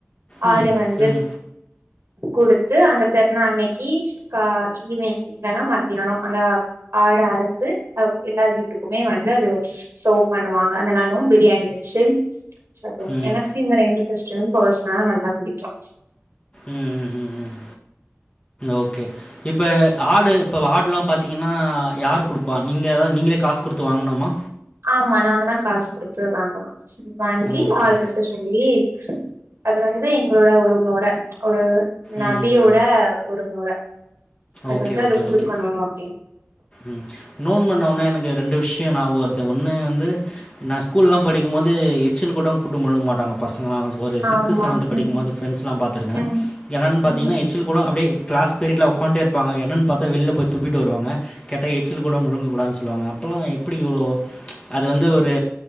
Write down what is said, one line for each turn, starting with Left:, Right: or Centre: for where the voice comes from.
Left: ம்
Right: ஆடு வந்து
Left: ம்
Right: குடுத்து அந்த பெருநா அன்னைக்கி கா ஈவினிங் இல்லன்னா மத்தியானோ அந்த ஆடு அறுத்து எல்லா வீட்டுக்குமே வந்து அது செர்வ் பண்ணுவாங்க அந்த நாளு பிரியாணி வெச் சு சாப்டுவோ
Left: ம்
Right: எனக்கு இந்த ரெண்டு பெஸ்டிவல் பர்சனலா நல்லா புடிக்கு
Left: ம் ம் ம் ஓகே இப்ப ஆடு இப்ப ஆடுல்லா பாத்தீங்கன்னா யார் குடுப்பா நீங்க அதாவது நீங்களே காசு குடுத்து வாங்கனுமா
Right: ஆமா நாங்க தா காசு குடுத்து வாங்கணு வாங்கி
Left: ஓகே.
Right: ஆள் கிட்ட சொல்லி அது வந்து எங்களோட ஒரு மொற ஒரு நபியோட
Left: ம், ம்.
Right: ஒரு மொற அது
Left: ஓகே,
Right: வந்து
Left: ஓகே,
Right: அது குடுக்கணு
Left: ஓகே.
Right: அப்டின்னு
Left: ம் நோன்புன்ன ஒடனே எனக்கு ரெண்டு விஷியோ ஞாபக வருது ஒன்னு வந்து நா ஸ்கூல் எல்லா படிக்கும் போது எச்சல் கூட முழுங்க மாட்டாங்க பசங்களா ஒரு சீக்ஸ்த்
Right: ஆமா
Left: செவேந்த் படிக்கும்போது
Right: ம்
Left: பிரிண்ட்ஸ்ல பாத்திருக்கே
Right: ம்
Left: என்னன்னு
Right: ம்
Left: பாத்தீங்கன்னா எச்சில் கூட அப்டியே கிளாஸ் ஃபிரிட்ல உக்காண்டே இருப்பாங்க என்னனு பாத்த வெளில போய் துப்பிட்டு வருவாங்க கேட்ட எச்சல் கூட முழுங்கக்கூடாதுனு சொல்லுவாங்க அப்போலா எப்டி இவ்ளோ அது வந்து ஒரு